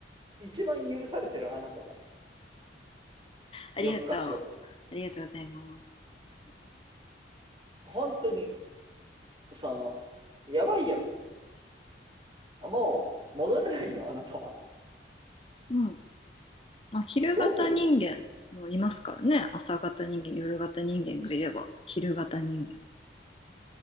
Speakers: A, on the right; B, on the left.
A: 一番許されてるあなたが、
B: ありがとう。
A: 夜更かしを。
B: ありがとうございます。
A: 本当にその、やばいよ。もう、戻れないよ、あなたは。
B: うん。まあ、昼型人間もいますからね。
A: どうするの
B: 朝型人間、夜型人間がいれば、
A: <laughs>
B: 昼型人間も。